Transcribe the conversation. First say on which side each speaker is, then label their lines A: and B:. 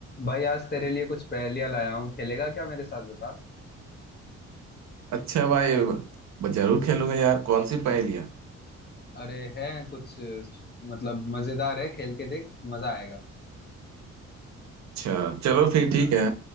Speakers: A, on the left; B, on the right.
A: भाई आज तेरे लिए कुछ पहेलियां लाया हूँ खेलेगा क्या मेरे साथ बता
B: अच्छा भाई ब- जरूर खेलूंगा यार कौन सी पहेलियाँ
A: अरे है कुछ अ, मतलब मजेदार है खेल के देख मजा आएगा
B: अच्छा चलो फिर
A: हाँ
B: ठीक है